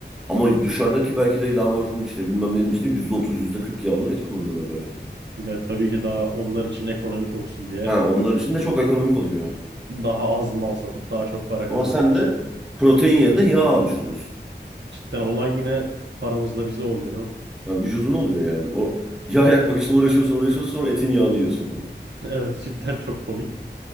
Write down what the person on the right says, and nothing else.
Ya tabii ki daha onlar için ekonomik olsun diye
daha az mal satıp daha çok para
kazanmak
için.
Cidden olan yine paramızla bize oluyor değil mi? <laughs>
Evet cidden çok komik.